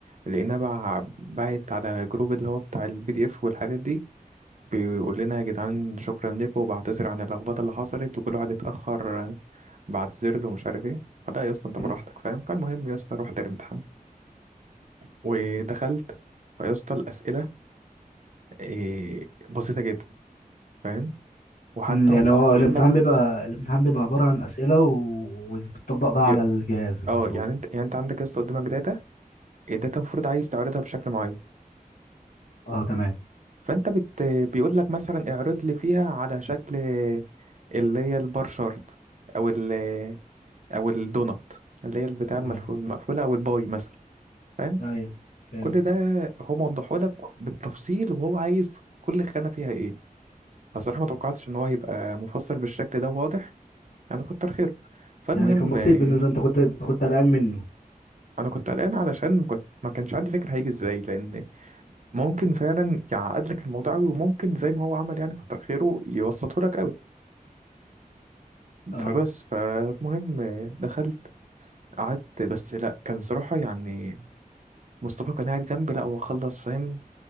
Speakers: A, on the right; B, on the left.
A: لقيناه بع... باعت على جروب اللي هو بتاع البي دي اف والحاجات دي بيقول لنا يا جدعان شكرا لكم وبعتذر عن اللخبطة اللي حصلت وكل واحد اتأخر بعتذر له ومش عارف ايه فلا يا اسطى انت
B: مم.
A: براحتك فاهم فالمهم يا اسطى رحت الامتحان ودخلت فيا اسطى الأسئلة إيه بسيطة جدا فاهم وحتى
B: مم.
A: هو
B: يعني هو
A: موضح
B: الامتحان
A: لك
B: بيبقى الامتحان بيبقى عباره عن اسئله و... وبتطبق بقى
A: ي-
B: على الجهاز المفروض
A: اه يعني انت يعني انت عندك لسه قدامك داتا الداتا المفروض عايز تعرضها بشكل معين
B: اه تمام
A: فانت بت بيقول لك مثلا اعرض لي فيها على شكل اللي هي البار شارت او ال او الدونات اللي هي البتاع
B: اه
A: الملفو- المقفوله او الباي مثلا فاهم
B: ايوه فهمت
A: كل ده هو موضحه لك بالتفصيل وهو عايز كل خانه فيها ايه فصراحه ما توقعتش ان هو هيبقى مفصل بالشكل ده واضح يعني كتر خيره فالمهم
B: يعني كان بسيط
A: آه،
B: بالنسبة انت كنت انت كنت قلقان منه
A: انا كنت قلقان علشان كنت ما كانش عندي فكره هيجي ازاي لان ممكن فعلا يعقد لك الموضوع قوي وممكن زي ما هو عمل يعني كتر خيره يبسطه لك قوي
B: اه
A: فبس فالمهم دخلت قعدت بس لا كان صراحة يعني مصطفى كان قاعد جنبي لا هو خلص فاهم